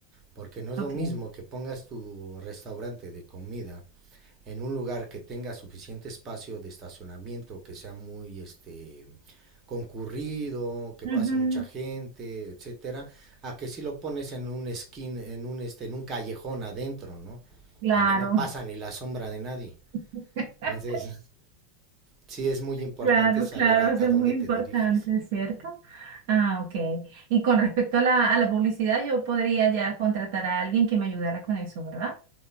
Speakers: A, on the right (about 30°); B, on the right (about 55°).
A: Porque no es
B: ok.
A: lo mismo que pongas tu restaurante de comida en un lugar que tenga suficiente espacio de estacionamiento, que sea muy este concurrido, que
B: Ujú,
A: pase mucha gente, etcétera, a que si lo pones en un skin, en un este, en un callejón adentro, ¿no?
B: Claro,
A: Donde no pasa ni la sombra de nadie.
B: <laughs>
A: Entonces, sí es muy importante
B: claro,
A: saber
B: claro,
A: a,
B: eso
A: a
B: es
A: dónde
B: muy importante,
A: te diriges.
B: ¿cierto? Ah, ok. Y con respecto a la, a la publicidad, yo podría ya contratar a alguien que me ayudara con eso, ¿verdad?